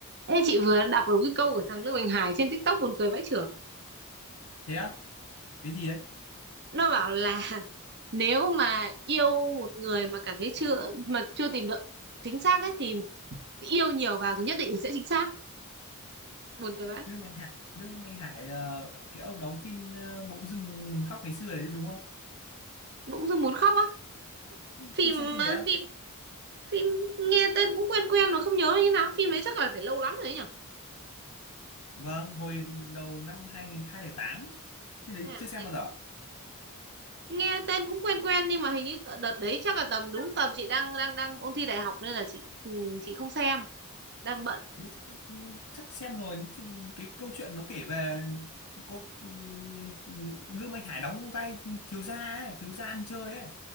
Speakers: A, on the right; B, on the left.
A: Ê, chị vừa đọc được cái câu của thằng Lương bình Hải trên TikTok buồn cười vãi chưởng.
B: thế á cái gì đấy
A: Nó bảo là <laughs> nếu mà yêu một người mà cảm thấy chưa mà chưa tìm được chính xác ấy thì yêu nhiều vào thì nhất định sẽ chính xác. Buồn cười vãi.
B: Lương Minh Hải Lương Minh Hải là cái ông đóng phim ờ, Bỗng dưng muốn khóc ngày xưa đấy đúng không
A: Bỗng dưng muốn khóc á.
B: Ui,
A: Phim
B: chưa xem phim
A: ờ,
B: đấy á
A: phim phim nghe tên cũng quen quen mà không nhớ là như nào. Phim đấy chắc là phải lâu lắm rồi đấy nhở.
B: vâng hồi đầu năm hai nghìn hai lẻ tám phim đấy
A: Hay
B: chưa
A: là
B: xem
A: thế-
B: bao giờ
A: Nghe tên cũng quen quen nhưng mà hình như tợ- đợt đấy chắc là tầm đúng
B: chắc
A: tầm chị đang đang đang ôn thi đại học nên là chị ừ, chị không xem. Đang bận.
B: nếu chắc ừ, chắc xem rồi Thì cái câu chuyện nó kể về có ừm, Lương Minh Hải đóng vai thiếu gia ấy thiếu gia ăn chơi ấy